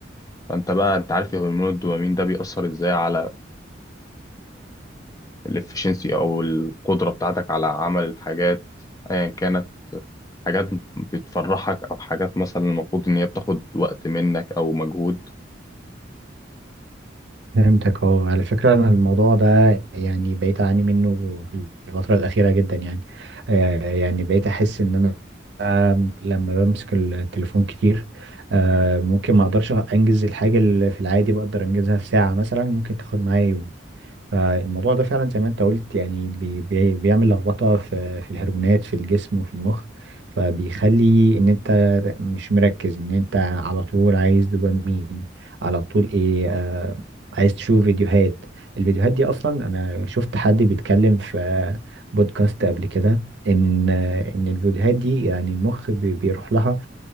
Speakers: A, on the left; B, on the right.
A: فانت بقى انت عارف هرمون الدوبامين ده بيأثر ازاي على الافشنسي او القدرة بتاعتك على عمل الحاجات ايا كانت حاجات بتفرحك او حاجات مثلا المفروض ان هي بتاخد وقت منك او مجهود
B: فهمتك اه على فكرة أنا الموضوع ده يعني بقيت أعاني منه في الفترة الأخيرة جدا يعني آه، يعني بقيت أحس إن أنا آم، لما بمسك التليفون كتير آه، ممكن ما أقدرش أنجز الحاجة اللي في العادي بقدر أنجزها في ساعة مثلا ممكن تاخد معايا يوم فالموضوع ده فعلا زي ما انت قلت يعني بي بي بيعمل لخبطة في في الهرمونات في الجسم وفي المخ فبيخلي ان انت مش مركز ان انت على طول عايز دوبامين على طول ايه آه عايز تشوف فيديوهات الفيديوهات دي اصلا انا شفت حد بيتكلم في بودكاست قبل كده ان ان الفيديوهات دي يعني المخ بي- بيروح لها